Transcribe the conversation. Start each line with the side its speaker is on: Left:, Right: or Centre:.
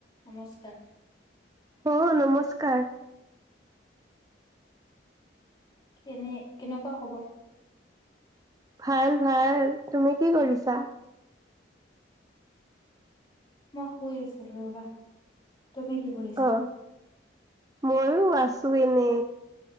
Left: নমস্কাৰ।
Right: অ নমস্কাৰ।
Left: কেনে কেনেকুৱা খবৰ।
Right: ভাল ভাল তুমি কি কৰিছা।
Left: মই শুই আছিলো ৰবা। তুমি কি কৰিছা
Right: অ ময়ো আছো এনে।